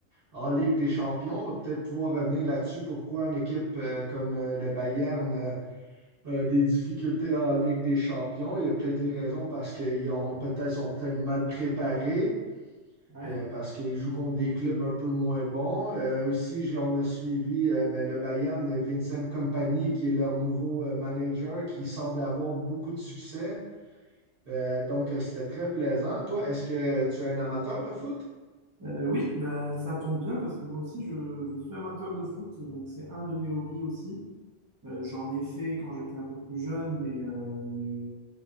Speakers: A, on the right (about 50°); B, on the right (about 20°).
A: en Ligue des Champions. On va peut-être pouvoir revenir là-dessus. Pourquoi une équipe euh, comme euh, le Bayern euh, euh, des difficultés en Ligue des champions. Il y a peut-être les raisons parce qu'ils ont peut-être sont peut-être mal préparés,
B: Ouais.
A: euh, parce qu'ils jouent contre des clubs un peu moins bons. Euh, aussi, j'ai- on a suivi euh, ben, le Bayern, euh, Vincent Kompany, qui est leur nouveau euh, manager, qui semble avoir beaucoup de succès. Euh, donc, euh, c'était très plaisant. Toi, est-ce que tu es un amateur de foot?
B: Euh, oui, bah, ça tombe bien parce que moi aussi, je, je suis amateur de foot, donc c'est un de mes hobbies aussi. Euh, j'en ai fait quand j'étais un peu plus jeune, mais, euh, mais